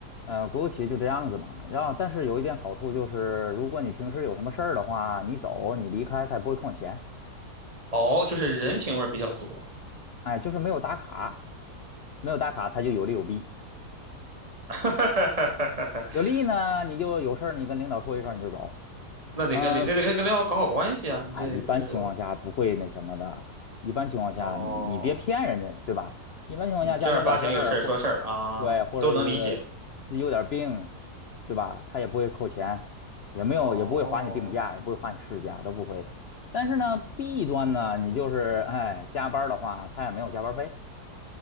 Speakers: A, on the left; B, on the right.
A: 呃，国有企业就这样子嘛。然后，但是有一点好处就是，如果你平时有什么事儿的话，你走你离开，他也不会扣你钱。
B: 哦，就是人情味儿比较足，
A: 哎，就是没有打卡，没有打卡，他就有利有弊。
B: <laughs>
A: 有利呢，你就有事儿你跟领导说一声你就走。
B: 那得跟领那得跟领导搞好关系啊！
A: 嗯、
B: 你这也不是说
A: 哎，一般情况下不会那什么的。一般情况下你，
B: 哦，
A: 你别骗人家，对吧？一般情况下，
B: 你正儿八经有事儿说事儿啊，
A: 家里有点事儿，或对，或者呃
B: 都能理解。
A: 自己有点病，对吧？他也不会扣钱，也没有，
B: 哦，
A: 也不会划你病假，也不会划你事假，都不会的。但是呢，弊端呢，你就是哎，加班儿的话，他也没有加班儿费。